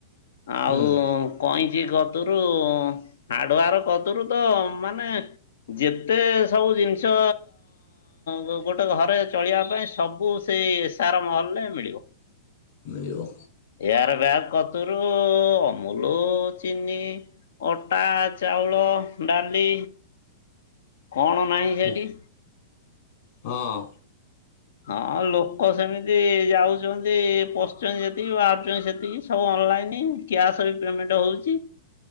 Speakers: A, on the left (about 75°); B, on the left (about 55°).
A: ଆଉ
B: ହୁଁ
A: କଇଁଚି କତରୁ ହାର୍ଡ଼ୱାର୍। କଦରୁ ତ ମାନେ ଯେତେ ସବୁ ଜିନିଷ ହଁ ଗୋଟେ ଘରେ ଚଳିବା ପାଇଁ ସବୁ ସେଇ ଏସ୍ଆର ମହଲରେ ମିଳିବ।
B: ମିଳିବ।
A: ଏୟାର ବ୍ୟାଗ କତରୁ ଅମୁଲ ଚିନି ଅଟା ଚାଉଳ, ଡାଲି। କଣ ନାହିଁ
B: ହଁ
A: ସେଠି।
B: ହଁ।
A: ହଁ ଲୋକ ସେମିତି ଯାଉଛନ୍ତି ପଶୁଛନ୍ତି ଜେତିକି ବାହାରୁଛନ୍ତି ସେତି ସବୁ ଅନଲାଇନ କ୍ୟାସ ବି ପେମେଣ୍ଟ ହଉଛି।